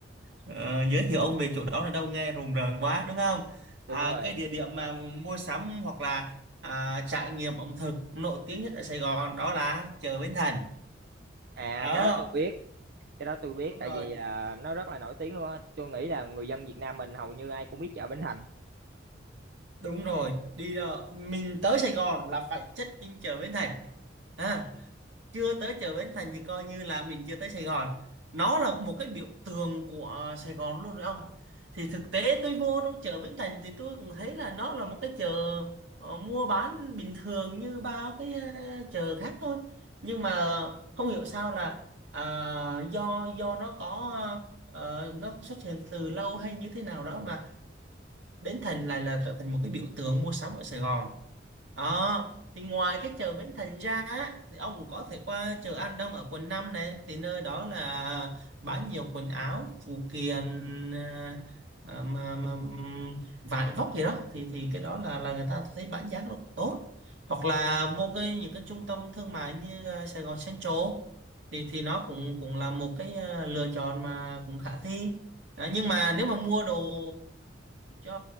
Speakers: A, on the right (about 75°); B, on the right (about 55°).
A: ờ, giới thiệu ông về chỗ đó là đâu nghe rùng rợn quá đúng không à,
B: đúng rồi
A: cái địa điểm mà mua sắm hoặc là à, trải nghiệm ẩm thực nổi tiếng nhất ở Sài Gòn đó là chợ Bến Thành
B: à
A: ờ
B: cái đó tôi biết cái đó tôi biết
A: đúng
B: tại
A: rồi
B: vì là nó rất là nổi tiếng luôn á tôi nghĩ là người dân Việt Nam mình hầu như ai cũng biết chợ Bến Thành
A: đúng rồi đi ra- mình tới Sài Gòn là phải check in chợ Bến Thành Ha. chưa tới chợ Bến Thành thì coi như là mình chưa tới Sài Gòn nó là một cái biểu tượng của ờ, Sài Gòn luôn rồi ông thì thực tế tôi vô trong chợ Bến Thành thì tôi cũng thấy là nó là một cái chợ ờ, mua bán bình thường như bao cái ờ, chợ khác thôi nhưng mà không hiểu sao là à, do do nó có ờ, nó xuất hiện từ lâu hay như thế nào đó mà Bến Thành lại là trở thành một cái biểu tượng mua sắm ở Sài Gòn Ờ, thì ngoài cái chợ Bến Thành ra á, thì ông cũng có thể qua chợ An Đông ở quận 5 này thì nơi đó là bán nhiều quần áo phụ kiện à, à, mà, mà ừm, vải vóc gì đó thì thì cái đó là là người ta thấy bán giá nó cũng tốt hoặc là vô cái những cái trung tâm thương mại như à, Sài Gòn Central thì thì nó cũng cũng là một cái à, lựa chọn mà cũng khả thi đó, nhưng mà nếu mà mua đồ cho